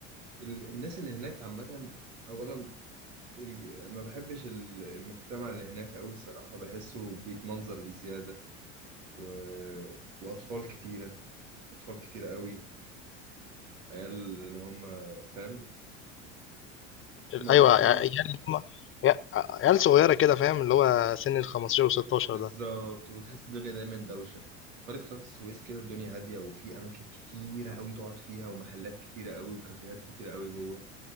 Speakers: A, on the right; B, on the left.
A: ال- الناس اللي هناك عامة أولا ال- ما بحبش ال- المجتمع اللي هناك قوي الصراحة بحسه بيتمنظر بزيادة و... وأطفال كتيرة أطفال كتيرة قوي عيال اللي هم فاهم الموضوع
B: ايوه
A: يعني
B: عيال
A: مش
B: اللي هم عيال عيال صغيره كده فاهم اللي هو سن ال 15
A: بالظبط
B: و16 ده
A: وتحس الدنيا دايما دوشة قرية قناة السويس كده الدنيا هادية وفي أماكن كتيرة قوي تقعد فيها ومحلات كتيرة قوي وكافيهات كتيرة قوي جوه